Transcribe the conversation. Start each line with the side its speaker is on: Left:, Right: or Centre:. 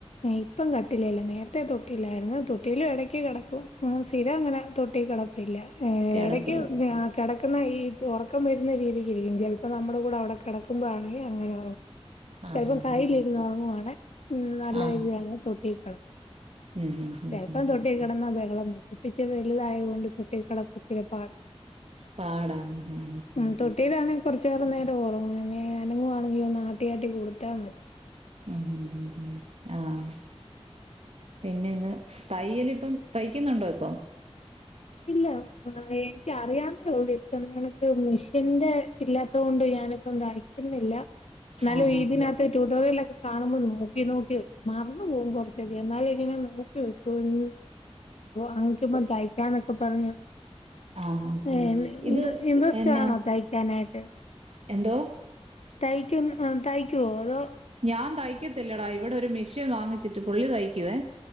Left: ഇപ്പം കട്ടിലില നേരത്തെ തൊട്ടില്ലായിരുന്നു തൊട്ടിയിലും ഇടക്ക് കിടക്കും ആ സ്ഥിരം അങ്ങനെ. തൊട്ടി കിടപ്പില്ല ഏ
Right: കിടപ്പില്ല
Left: ഇടയ്ക്ക് ആ കിട ക്കുന്ന ഈ ഒറക്കം വരുന്ന രീതിക്ക് ഇരിക്കും. ചെൽപ്പം നമ്മുടെ കൂടെ അവിടെ കെടക്കുമ്പോ ആണെങ്കി അങ്ങനെ ഉറ
Right: ആ
Left: ചെലപ്പം
Right: ആ
Left: കയ്യിലിര്ന്ന് ഉറങ്ങുവാണ് ഉ. നല്ലരീതിയാണെ
Right: ആ
Left: തൊട്ടികെടക്കും
Right: ഉം ഉം ഉം
Left: ചെലപ്പം
Right: ഉം
Left: തൊട്ടിക്കടന്നാ പ്പിച്ച വലുതായതുകൊണ്ട് തൊട്ടി കട
Right: പാടാ ആ
Left: <unintelligible> മ് തൊട്ടിയിലാണ് കുറച്ച് നേര നേരം ഒറു- ആന്നെ അനങ്ങുവാണെങ്കി ഒന്ന് ആട്ടിയാട്ടി കൊടുത്താ മതി.
Right: ഉ ഉ ആഹ്. പിന്നെന്ന് തയ്യല്പ്പം തയ്ക്കുന്നുണ്ടോ ഇപ്പൊ?
Left: ഇല്ല എൻക്ക് അറിയാന്നേള്ളൂ ഇപ്പൊ നികണക്ക് മിഷീന്റെ ഇല്ലാത്ത കൊണ്ട്. ഞാനിപ്പോ തയിക്കുന്നില്ല. ന്നാലും
Right: ആ ആ
Left: ഇതിനകത്ത്
Right: ആ
Left: ട്യൂട്ടോറിയലൊക്കെ കാണുമ്പോ നോക്കി നോക്കി മറന്നു പോകും കുറച്ചൊക്കെ എന്നാലും. ഇങ്ങനെ നോക്കിവക്കുവെന്നു അങ്ങിക്കുപ്പ തയ്ക്കാന്നൊക്കെ പറഞ്ഞു.
Right: ആ ആ ആ
Left: ഏ ഇൻഡ
Right: ഇത്
Left: ഇൻട്രസ്റ്റാണോ
Right: എന്നാ
Left: തയ്ക്കാനായിട്ട്?
Right: എന്തോ?
Left: തയ്ക്കും അ തയ്ക്കുവോ അതോ?
Right: ഞാതയ്ക്കത്തില്ലടാ ഇവിടെ ഒരു മിഷീൻ വാങ്ങിച്ചിട്ട് പുള്ളി തയ്ക്കുവേ.